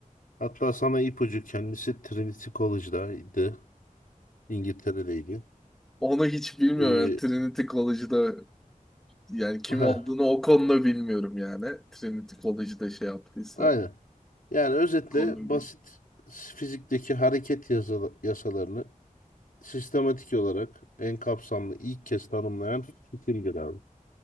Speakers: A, on the left; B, in the centre.
A: Hatta sana ipucu kendisi Trinity College'daydı. İngiltere'deydi.
B: onu hiç bilmiyorum.
A: Ee,
B: Yani Trinity College'da yani kim
A: ha,
B: olduğunu o konuda bilmiyorum yani. Trinity College'da şey yaptıysa.
A: aynen. Yani özetle
B: Konu...
A: basit fizikteki hareket yasa- yasalarını sistematik olarak en kapsamlı ilk kez tanımlayan Fikin'dir abi.